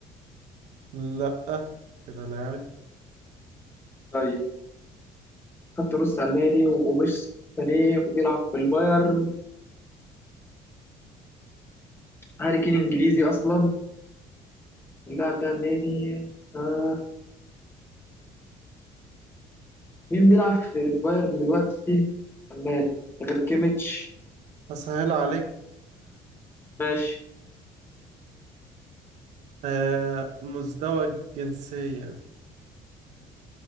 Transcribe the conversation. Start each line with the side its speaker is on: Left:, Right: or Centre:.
Right: لا كده لاعب
Left: طيب خط نص ألماني و- ومش ساني وبيلعب في البايرن هاري كين إنجليزي أصلا اللاعب ده ألماني آه مين بيلعب في البايرن دلوقتي؟ ألماني غير كيميتش
Right: اسهل عليك
Left: ماشي
Right: آه... مزدوج جنسيا